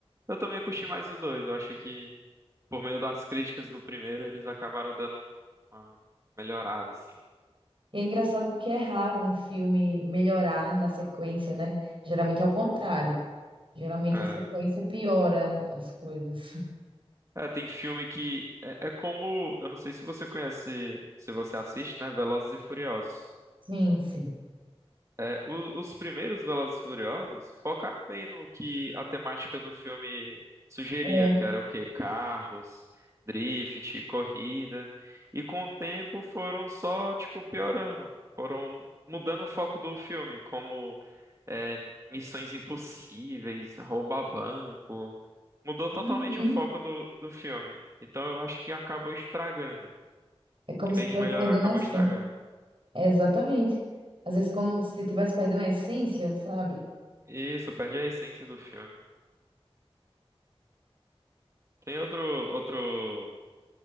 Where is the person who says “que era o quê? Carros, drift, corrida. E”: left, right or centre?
Right